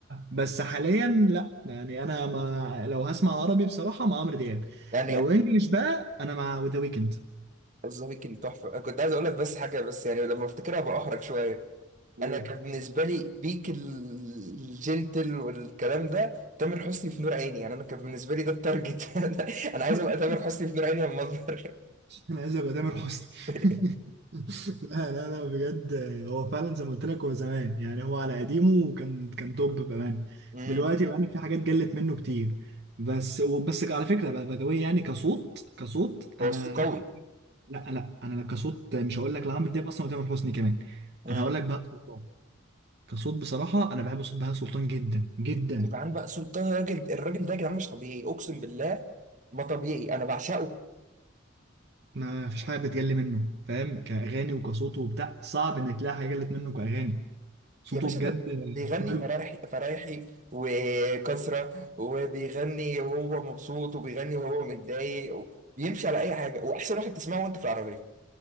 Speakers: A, on the right; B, on the right.
A: بس حاليا لا يعني انا ما لو هسمع عربي بصراحه مع عمرو دياب
B: يعني
A: لو انجليش بقى انا مع ذا ويكند
B: ذا ويكند تحفه أنا كنت عايز اقول لك بس حاجه بس يعني لما افتكرها بأحرج شويه
A: أوه.
B: انا كان بالنسبه لي بيك ال- الجنتل والكلام ده تامر حسني في نور عيني يعني انا كان بالنسبه لي ده التارجت <laughs> انا أنا عايز
A: <laughs>
B: ابقى تامر حسني في نور عيني لما اكبر
A: انا عايز ابقى تامر حسني
B: <laughs>
A: <laughs> لا لا لا بجد هو فعلا زي ما قلت لك هو زمان يعني هو على قديمه وكان كان توب بامانه
B: أمم،
A: دلوقتي بقى في حاجات قلت منه كتير بس وبس على فكره بقى باي ذا واي يعني كصوت كصوت
B: هو
A: انا
B: صوته قوي
A: لا لا انا كصوت مش هقول لك لعمرو دياب اصلا وتامر حسني كمان
B: امم
A: انا هقول لك بهاء سلطان كصوت بصراحه انا بحب صوت بهاء سلطان جدا جدا
B: يبقى عن بقى سلطان الراجل الراجل ده يا جدعان مش طبيعي اقسم بالله ما طبيعي انا بعشقه
A: ما فيش حاجه بتجلي منه فاهم كاغاني وكصوته وبتاع صعب انك تلاقي حاجه جلت منه كاغاني صوته
B: يا باشا
A: بجد
B: ده بيغني
A: صوته حلو
B: فرايحي فرايحي وكسرة وبيغني وهو مبسوط وبيغني وهو متضايق بيمشي على أي حاجة وأحسن واحد تسمعه وأنت في العربية